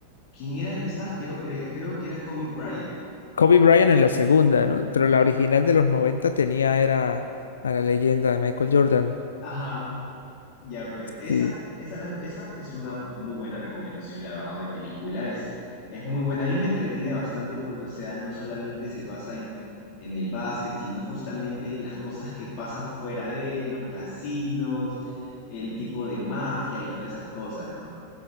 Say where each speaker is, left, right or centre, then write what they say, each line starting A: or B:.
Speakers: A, on the left (about 45°); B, on the left (about 70°).
A: ¿quién era el que está? Creo, cre- creo que era Kobe Bryant.
B: Kobe Bryant en la segunda, ¿no? Pero la original de los 90 tenía era a la leyenda de Michael Jordan.
A: Ajá, Ya, pues esa,
B: Sí,
A: esa, la- esa es una muy buena recomendación, la verdad, de película. Es, es muy buena. A mí me entretiene bastante porque, o sea, no solamente se basa en, en el básquet, sino justamente en las cosas que pasan fuera de los casinos, el tipo de mafia y todas esas cosas, ¿no?